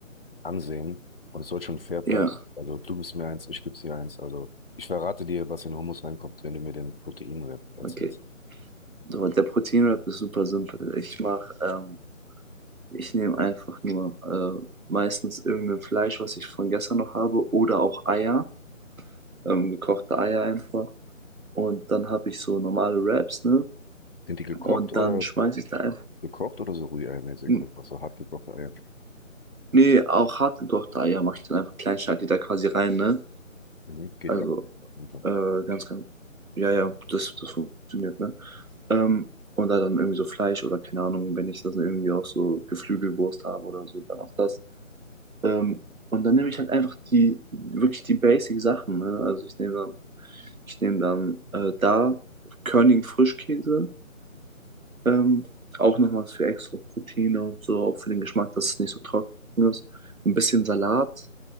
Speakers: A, on the left; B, on the right.
A: ansehen und es soll schon fair bleiben.
B: Ja,
A: Also du gibst mir eins, ich gebe dir eins. Also ich verrate dir, was in Hummus reinkommt, wenn du mir den Proteinrep erzählst.
B: okay. So, der Proteinrap ist super simpel. Ich mache, ähm, ich nehme einfach nur äh, meistens irgendein Fleisch, was ich von gestern noch habe, oder auch Eier, ähm, gekochte Eier einfach. Und dann habe ich so normale Wraps, ne?
A: Sind die gekocht
B: Und
A: oder
B: dann schmeiße ich da einfach,
A: gekocht oder so rührei-mäßig
B: N-
A: oder was so hart gekochte Eier?
B: nee, auch hartgekochte Eier mache ich dann einfach klein, schneide die da quasi rein, ne?
A: Mhm, geht
B: Also
A: ja. Einfach.
B: Äh, ganz, ganz. Ja, ja, das, das funktioniert, ne? Ähm, und da dann irgendwie so Fleisch oder keine Ahnung, wenn ich das irgendwie auch so Geflügelwurst habe oder so, dann auch das. Ähm, und dann nehme ich halt einfach die, wirklich die Basic-Sachen, ne? Also ich nehme dann, ich nehme dann äh, da Körnigen Frischkäse, ähm, auch nochmal für extra Proteine und so, auch für den Geschmack, dass es nicht so trocken ist. Ein bisschen Salat,